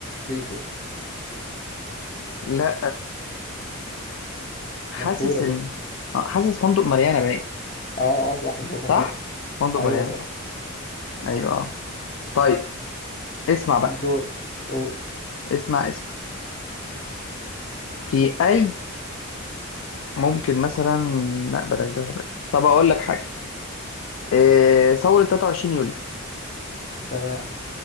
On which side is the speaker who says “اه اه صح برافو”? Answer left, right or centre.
Left